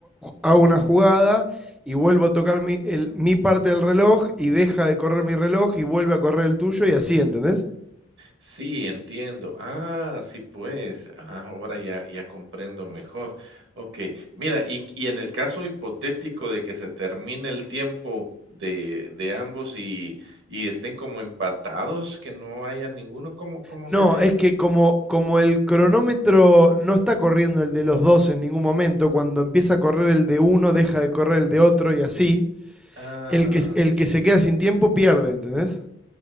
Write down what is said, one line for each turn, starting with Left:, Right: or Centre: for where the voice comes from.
Centre: hago una jugada y vuelvo a tocar mi, el- mi parte del reloj y deja de correr mi reloj y vuelve a correr el tuyo y así, ¿entendés?
Right: Sí, entiendo. Ah, sí, pues. Ah, ahora ya, ya comprendo mejor. Ok, mira, y, y en el caso hipotético de que se termine el tiempo de, de ambos y, y estén como empatados, que no haya ninguno, ¿cómo, cómo
Centre: No,
Right: se hace ahí?
Centre: es que como, como el cronómetro no está corriendo el de los dos en ningún momento, cuando empieza a correr el de uno, deja de correr el de otro y así,
Right: Ah,
Centre: el que, el que se queda sin tiempo pierde, ¿entendés?